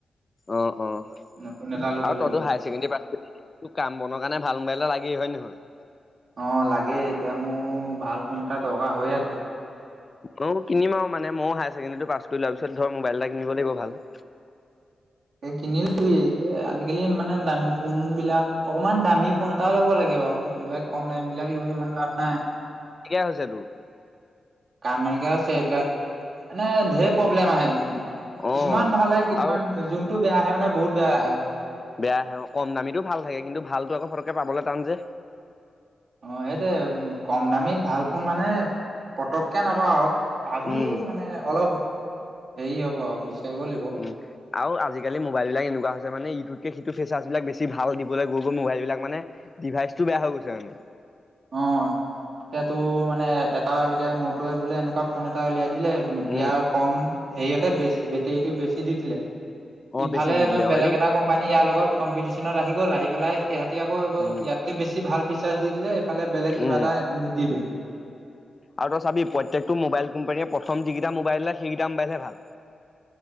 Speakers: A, on the left; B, on the right.
A: অ'-অ', আৰু
B: নতুন এটা ল'ব লাগিব
A: তইতো হায়াৰ ছেকেণ্ডৰী পছ <unintelligible> কাম বন কাৰণে ভাল মোবাইল লাগেই হয় নহয়?
B: অ', লাগে এতিয়া মোৰ ভাল ফোন এটা দৰকাৰ হৈ আছে।
A: অ', কিনম আৰু মানে ময়ো হায়াৰ ছেকেণ্ডেৰী টো পাছ কৰি লোৱাৰ পিছত ধৰ মোবাইল এটা কিনিব লাগিব ভাল <inaudible>
B: এই কিনি লবি এ আজিকালি মানে দামী ফোন বিলাক অকমান দামী ফোন এটা ল'ব লাগে বাৰু। এইবিলাক কম দামি বিলাক লৈ ইমান লাভ নাই।
A: কে হৈছে তোৰ
B: কাম নাইকিয়া আছে এইবিলাক, মানে ধঢেৰ প্ৰব্লেম আহে। কিছুমান
A: অ'।
B: ভালে কিছুমান
A: আৰু
B: যোনতটো বেয়া আহে মানে বহুত বেয়া আহে।
A: বেয় আহে অ', কম দামীটো ভাল থাকে কিন্তু ভালতো আকৌ ফটককে পাবলৈ টান যে।
B: অ', সেইটো কম দামীত ভাল ফোন মানে পতককে নাপাও। পাবি
A: উম।
B: মানে অলপ হেৰি হ'ব আৰু বিচাৰিব লাগিব
A: উম', আৰু আজিকালি মোবাইল বিলাক এনেকুৱা হৈছে মানে ইটোত কেই হিটো ফেচাৰছ বিলাক বেছি ভাল দিবলৈ গৈ-গৈ মোবাইল বিলাক মানে ডিভাইচটো বেয়া হৈ গৈছে মানে
B: অ', এতিয়া তোৰ মানে এটা এতিয়া মোৰটে বোলে এনেকুৱা ফোন এটা উলিয়াই দিলে
A: উম।
B: ইয়াৰ কম হেৰিয়তে বেছি বেটেৰীটো বেছি দি দিলে।
A: অ
B: ইফালে
A: বেছি দি
B: এটো
A: দিলে অ
B: বেলেগ
A: এইটো
B: এটা কোম্পানী ইয়াৰ লগত কম্পিটিশ্যনত আহি গ'ল আহি পেলাই সিহঁতি আকৌ এইবোৰ
A: উম
B: ইয়াত কে বেছি ভাল ফিচাৰছ দি দিলে এইফালে বেলেগ কিবা
A: উম
B: এটা নিদিলেই
A: আৰু তই চাবি প্ৰতকটো মোবাইল কোম্পান প্ৰথ যি কটা মো মোবাইল ওলাই হেকিতা মোবাইল হে ভাল